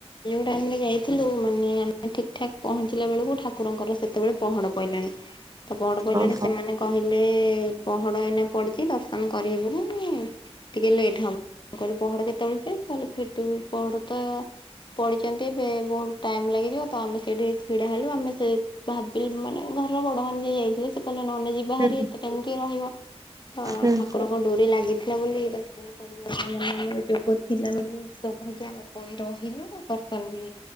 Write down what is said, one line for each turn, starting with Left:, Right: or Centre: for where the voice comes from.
Left: ଯଉ ଟାଇମ ରେ ଯାଇଥିଲୁ ମାନେ ଆମେ ଠିକ ଠାକ ପହଞ୍ଚିଲା ବେଳକୁ ଠା ଠାକୁରଙ୍କର ସେତେବେଳେ ପହଡ ପଇଲାଣି ତ ପହଡ ପଇିଲାଣି
Right: ଓହୋ
Left: ସେମାନେ କହିଲେ ପହଡ଼ ଏଇନା ପଡ଼ିଛି ଦର୍ଶନ କରିହେବନି। ଟିକେ ଲେଟ୍ ହବ କହିଲି ପହ କେତେବେଳେ ଫିଟିବ ପହଡ ତ ପଡ଼ିଛନ୍ତି ଏବେ ବହୁତ ଟାଇମ୍ ଲାଗିଯିବ ତ ଆମେ ସେଇଠି ଛିଡ଼ା ହେଲୁ ଆମେ ସେ ଭାବିଲି ମାନେ ଘରର ବଡ ମାନ ଯିଏ ଯାଇଥିଲେ ସେ କହିଲେ ନହେଲେ ଯିବା ବାହାରି
Right: ହୁଁ
Left: ଏତେ ଟାଇମ କି ରହିବ ତ
Right: ହୁଁ।
Left: ଠାକୁରଙ୍କ ଡୋରି ଲାଗିଥିଲା ବୋଲି ଦର୍ଶନ କରିବା ଯୋଗ ଥିଲା ମାନେ ଆମେ ପୁଣି ରହିଲୁ ଦର୍ଶନ ବି